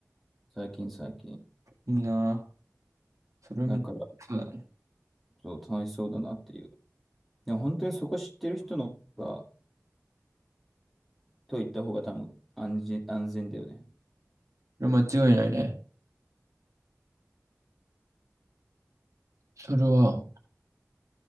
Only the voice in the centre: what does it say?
最近最近。
だから、
そう、楽しそうだなっていう。でも本当にそこ知ってる人の方が、と行った方が多分安全、安全だよね。
うん